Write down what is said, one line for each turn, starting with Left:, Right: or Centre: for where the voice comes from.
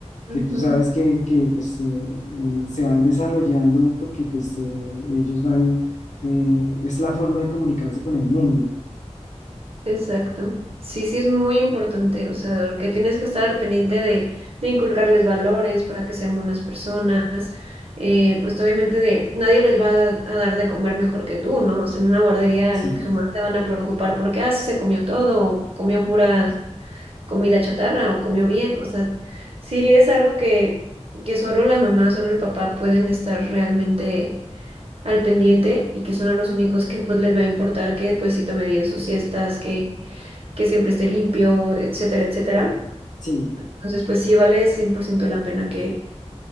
Right: ujú,
Left: que tú sabes que, que, pues, eh, eh, se van desarrollando porque pues, eh, ellos van, eh, es la forma de comunicarse con el mundo.
Right: Exacto. Sí, sí es muy importante, o sea, que tienes que estar al pendiente de, de inculcarles valores para que sean buenas personas, eh, pues obviamente de nadie les va a, a dar de comer mejor que tú, ¿no? O sea, en una guardería
Left: Sí,
Right: jamás te van a preocupar porque, ah, sí se comió todo, o comió puras comida chatarra o comió bien. O sea, sí es algo que, que solo la mamá, solo el papá pueden estar realmente al pendiente y que son a los únicos que pues les va a importar que pues sí tome bien sus siestas, que, que siempre esté limpio, etcétera, etcétera.
Left: sí,
Right: Entonces pues sí vale 100% la pena que,